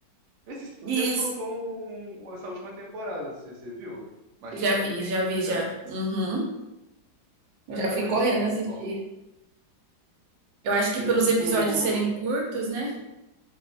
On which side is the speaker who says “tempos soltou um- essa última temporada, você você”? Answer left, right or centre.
Right